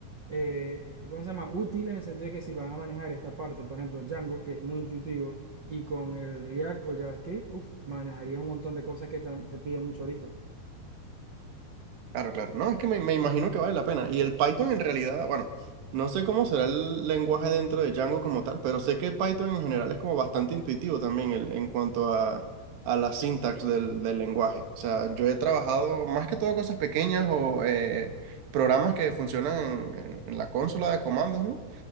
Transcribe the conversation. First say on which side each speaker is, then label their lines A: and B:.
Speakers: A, on the right (about 40°); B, on the right (about 85°).
A: eh, ¿cómo se llama? Útil en el sentido de que si vas a manejar esta parte, por ejemplo, Django, que es muy intuitivo, y con el React o JavaScript, uf, manejarías un montón de cosas que tan- se piden mucho ahorita.
B: Claro, claro. No, es que me, me imagino que vale la pena. Y el Python en realidad, bueno, no sé cómo será el lenguaje dentro de Django como tal, pero sé que Python en general es como bastante intuitivo también el- en cuanto a, a la sintax del, del lenguaje. O sea, yo he trabajado más que todo cosas pequeñas o eh, programas que funcionan en, en la consola de comandos, ¿no?